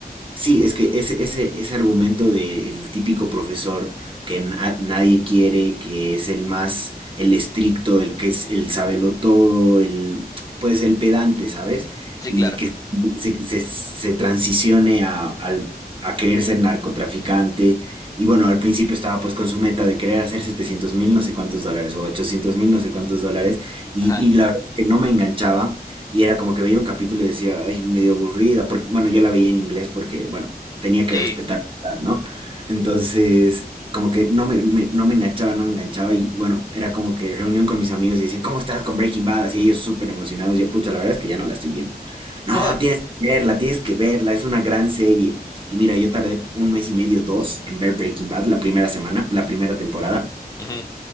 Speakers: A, on the right; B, on the left.
A: Sí, es que ese, ese, ese argumento del típico profesor que na- nadie quiere, que es el más, el estricto, el que es el sabelo todo, el, pues el pedante, ¿sabes?
B: Sí,
A: Y
B: claro.
A: que se, se- se transicione a, al- a querer ser narcotraficante. Y bueno, al principio estaba pues con su meta de querer hacer 700 mil no sé cuántos dólares o 800 mil no sé cuántos dólares. Y,
B: Ajá.
A: y la que no me enganchaba y era como que veía un capítulo y decía, ay, medio aburrida, porque, bueno, yo la veía en inglés porque, bueno, tenía que
B: Sí.
A: respetar, ¿no? Entonces, como que no me, me- no me enganchaba, no me enganchaba y, bueno, era como que reunión con mis amigos y decían, ¿cómo estás con Breaking Bad? así ellos súper emocionados, yo, pucha, la verdad es que ya no la estoy viendo. No,
B: <laughs>
A: tienes que verla, tienes que verla, es una gran serie. Y mira, yo tardé un mes y medio, dos, en ver Breaking Bad, la primera semana, la primera temporada
B: Ujú,